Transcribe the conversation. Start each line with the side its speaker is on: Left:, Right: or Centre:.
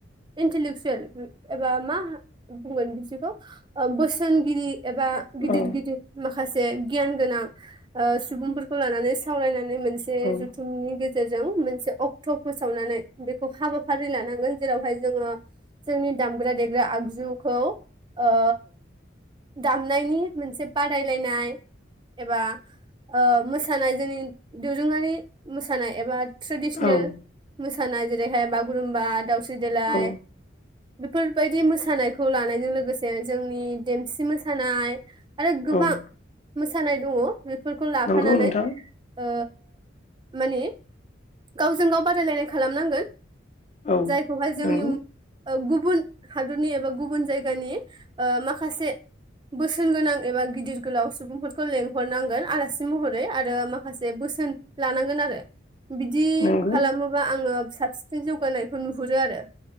Right: इन्टेलेक्सुयेल एबा मा बुंगोन बिदिखौ बोसोन गिदि एबा गिदिर
Left: औ
Right: गिदिर मा माखासे गियान गोनां ओ सुबुंफोरखौ लानानै सावरायनानै मोनसे
Left: औ
Right: जुथुमनि गेजेर गेजेरजों मोनसे अक्ट फोसावनानै बेखौ हाबाफारि लानांगोन जेरावहाय जोङो जोंनि दामग्रा देग्रा आगजुखौ ओ दामनायनि मोनसे बादायलायनाय एबा ओ मोसानाय जोंनि दोरोङारि मोसानाय एबा ट्रेदिसनेल
Left: औ
Right: मोसा नाय जेरैहाय बागुरुम्बा दाउ सिदेलाय
Left: औ
Right: बेफोरबायदि मोसानायखौ लानायजों लोगोसे जोंनि देमसि मो सानाय आरो गोबां
Left: औ
Right: मोसा सानाय दङ। बेफोरखौ लाफानानै
Left: नंगौ नोंथां
Right: ओ माने गावजों गाव बादायलायनाय खालामनांगोन।
Left: औ
Right: जायखौहाय जोंनि
Left: नंगौ
Right: ओ गुबुन हादरनि एबा गुबुन जायगानि ओ माखासे बोसोन गोनां एबा गिदिर गोलाव सुबुंफोरखौ लेंहरनांगोन आलासि महरै आरो माखासे बोसोन लानांगोन आरो। बिदि
Left: नंगौ
Right: खालामोबा आङो साबसिन साबसिन जौगानायखौ नुहुरो आरो।